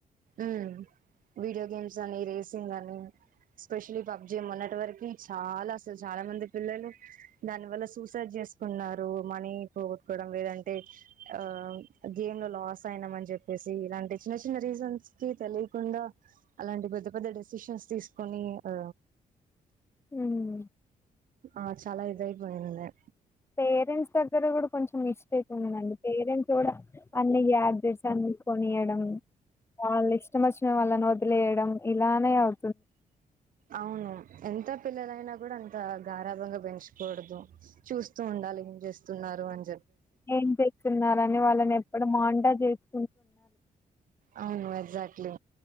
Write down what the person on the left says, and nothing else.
ఉమ్
పేరంట్స్ దగ్గర కూడ కొంచెం మిస్టేక్ ఉందండి పేరెంట్స్ కూడా అన్ని యాడ్ చేసారు మీరూ కొనియడం వాల్లిష్ట్ ఇష్టమొచ్చిన వాళ్ళని వదిలేయడం ఇలానే అవు
ఏం చేస్తున్నారని వాళ్ళని ఎప్ ఇక్కడ మానిటర్ చేసి